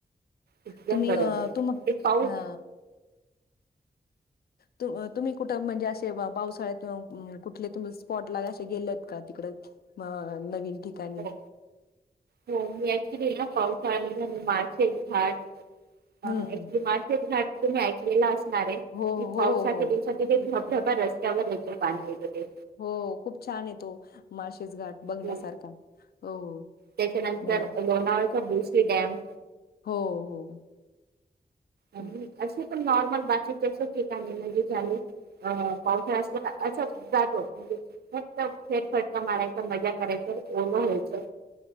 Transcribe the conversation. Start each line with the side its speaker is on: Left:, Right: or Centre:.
Right: एकदम
Left: तुम्ही
Right: बरोबर
Left: अ तुम
Right: ते पाऊस
Left: हा तू तूम्ही कुठं म्हणजे असे पावसाळ्यात कुठले तुम स्पॉट ला असे गेलेत का तिकड अ नवीन ठिकाणी
Right: हो हो मी एकक्चुली ना पावसाळ्यामध्ये ना माळशेत घाट क्चुली
Left: हम्म.
Right: माळशेत घाट तुम्ही ऐकलेला असणार आहे की
Left: हो हो
Right: पावसाच्या
Left: हो
Right: दिवस बा रस्त्यावर या पाणी येत ते
Left: हो खूप छान हे तो माळशेस घाट बघण्यासारखा
Right: हो.
Left: हो
Right: त्याच्यानंतर
Left: ना.
Right: लोणावल्या चा भुशी डॅम
Left: हो हो
Right: आणि
Left: हो हो.
Right: असं नॉर्मल बाकी जसं ठिकाणी म्हणजे ले अ पावसाल्यात असच असं जातो फक्त फेरफटका मारायचा मजा करायची ओल व्हायचं